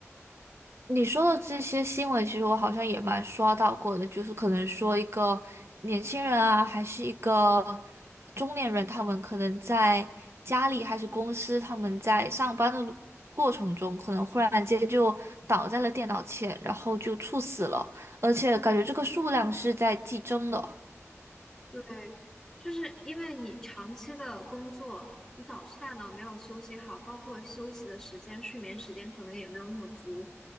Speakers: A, on the right; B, in the centre.
A: 你说的这些新闻，其实我好像也蛮刷到过的，就是可能说一个年轻人啊，还是一个中年人，他们可能在家里还是公司，他们在上班的路过程中，可能忽然间就倒在了电脑前，然后就猝死了，而且感觉这个数量是在激增的。
B: 对，就是因为你长期的工作，你导致大脑没有休息好，包括休息的时间、睡眠时间可能也没有那么足，